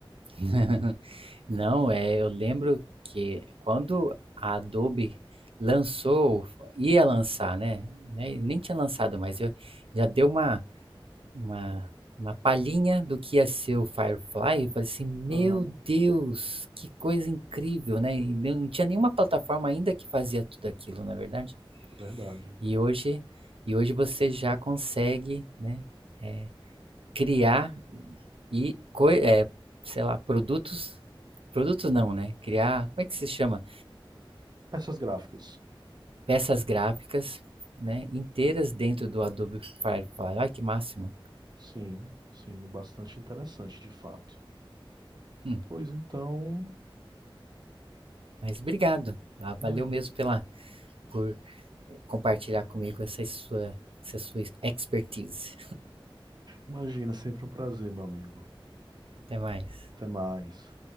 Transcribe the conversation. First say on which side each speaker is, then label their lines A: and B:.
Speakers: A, on the right; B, on the right.
A: <laughs> Não, é, eu lembro que quando a Adobe lançou, ia lançar, né? né, Nem tinha lançado, mas eu já deu uma uma, uma palhinha do que ia ser o Firefly, eu falei assim, meu
B: Aham,
A: Deus, que coisa incrível, né? E não tinha nenhuma plataforma ainda que fazia tudo aquilo, na verdade.
B: é verdade.
A: E hoje, e hoje você já consegue, né, é, criar e, co é, sei lá, produtos, produtos não, né? Criar, como é que se chama?
B: Peças gráficas.
A: Peças gráficas, né, inteiras dentro do Adobe Firefly. Olha que máximo.
B: Sim, sim, bastante interessante, de fato.
A: Hum,
B: Pois então,
A: mas obrigado. Ah, Valeu
B: imagina.
A: mesmo pela por compartilhar comigo essa sua, essa sua expertise.
B: Imagina, sempre um prazer, meu amigo.
A: Até mais.
B: Até mais.